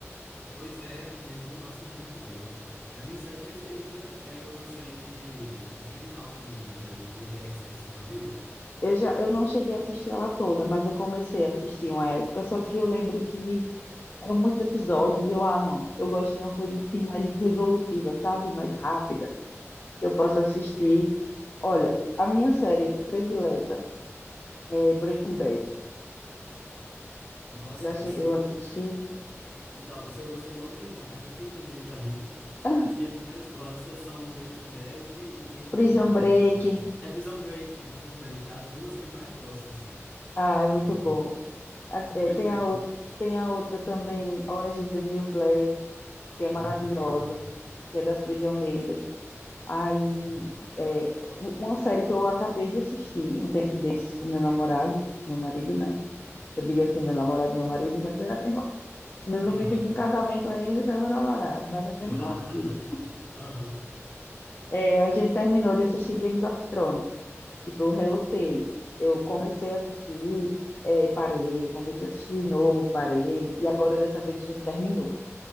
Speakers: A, on the left; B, on the left.
A: pois é, meu irmão gosta muito dela. A minha série preferida é uma série de criminal também, que é do Dexter, você já viu?
B: Eu já, eu não cheguei a assistir ela toda, mas eu comecei a assistir uma época, só que eu lembro que eram muitos episódios e eu, ah, não, eu gosto de uma coisa assim mais resolutiva, sabe? Mais rápida, que eu possa assistir. Olha, a minha série predileta é Breaking Bad.
A: Nossa,
B: Já chegou
A: o seu,
B: a assistir?
A: Então, o seu gosto é igual ao do meu irmão, que é a preferida dele também.
B: <laughs>
A: As que ele mais gosta são Breaking Bad e tem uma
B: Prison
A: outra também.
B: Break.
A: sabe? É Prison Break, Prison Break. As duas que ele mais gosta, assim.
B: Ah, é muito
A: E-
B: bom. A- é,
A: pois
B: Tem
A: é,
B: a, ou- tem a outra também, Orange is the New Black, que é
A: muito
B: maravilhosa,
A: legal.
B: que é das prisioneiras. Aí,
A: Sim.
B: é, uma série que eu acabei de assistir um tempo desses com meu namorado, meu marido, né? Eu digo assim, meu namorado, meu marido, mas é a mesma. Ele não
A: Aham.
B: me pediu em casamento ainda, então é meu namorado, mas já temos
A: <laughs>
B: uma filha.
A: Aham.
B: É, a gente terminou de assistir Games of Thrones. Tipo, eu relutei. Eu comecei a assistir, é, parei, comecei a assistir de novo, parei, e agora dessa vez a gente terminou.